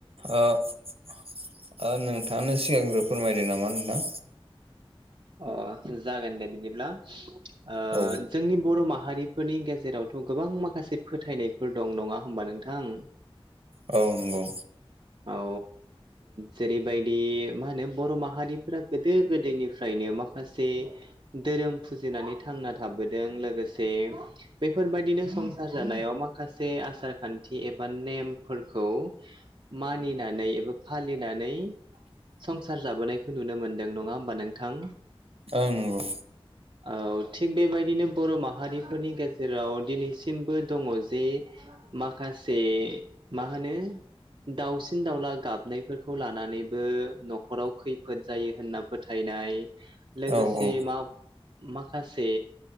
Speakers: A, on the right (about 75°); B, on the right (about 55°).
A: ओ नोंथाङानो सिगांग्रो फोरमायदो नामा नोंथां
B: अ जागोन दे बिदिब्ला ओ
A: औ
B: जोंनि बर' माहारिफोरनि गेजेरावथ' गोबां माखासे फोथायनायफोर दं नङा होमबा नोंथां? <inaudible>
A: औ नंगौ।
B: औ जेरैबायदि मा होनो बर' माहारिफोरा गो दो गोदोनिफ्रायनो माखासे धोरोम फुजिनानै थांना थाबोदों लोगो से बेफोरबायदिनो संसार जानायाव मा माखासे आसार खान्थि एबा नेमफोरखौ मानिनानै एबा फालिनानै संसार जाबोनायखौ नुनो मोन दों नङा होमबा नोंथां?
A: आ नंगौ।
B: औ थिग बेबायदिनो बर' माहारिफोरनि गेजेराव दिनैसिमबो दङ जे माखासे मा होनो दावसिन दावला गाबनायफोरखौ लानानैबो न'खराव खैफोद जायो होनना फोथायनाय। लोगोसे
A: औ औ
B: मा माखासे